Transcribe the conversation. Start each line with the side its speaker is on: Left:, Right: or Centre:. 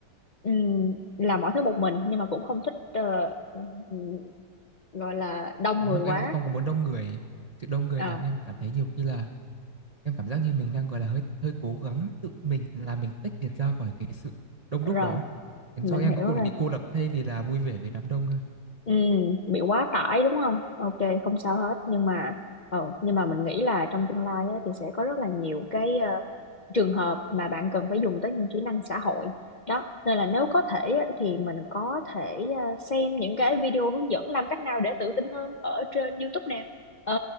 Left: ừm, làm mọi thứ một mình nhưng mà cũng không thích ờ, ừm, gọi là đông
Right: Dạ
Left: người
Right: vâng,
Left: quá
Right: em không có muốn đông người, sự đông người
Left: à
Right: làm em cảm thấy nhiều khi là Em cảm giác như mình đang, gọi là, hơi hơi cố gắng tự mình là mình tách biệt ra khỏi cái sự đông
Left: rồi
Right: đúc đó, khiến
Left: mình
Right: cho em cuối
Left: hiểu
Right: cùng
Left: rồi
Right: lại bị cô lập thay vì là vui vẻ với đám đông ha.
Left: Ừ, bị quá tải đúng không? Ok, không sao hết. Nhưng mà ờ, nhưng mà mình nghĩ là trong tương lai á, thì sẽ có rất là nhiều cái ờ, trường hợp mà bạn cần phải dùng tới những kỹ năng xã hội. Đó, nên là nếu có thể á, thì mình có thể ờ, xem những cái video hướng dẫn làm cách nào để tự tin hơn ở trên YouTube nè. Ờ,